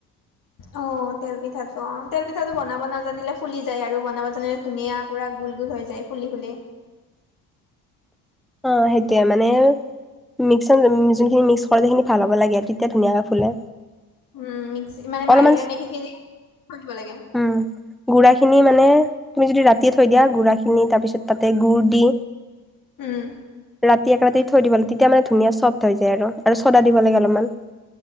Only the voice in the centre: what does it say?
<inaudible> অ সেইতিয়া মানে মিক্স যোনখিনি মিক্স কৰে সেইখিনি ভাল হ'ব লাগে আৰু তেতিয়া ধুনীয়াকে ফুলে
অলপমান
উম গুাৰখিনি মানে তুমি যদি ৰাতিয়ে থৈ দিয়া গুড়া খিনি তাৰপিছত তাতে গুড় দি
ৰাতি এক ৰাতি থৈ দিব লাগে তেতিয়া মানে ধুনীয়া চফ্ট হৈ যায় আৰু আৰু চদা দিব লাগে অলপমান।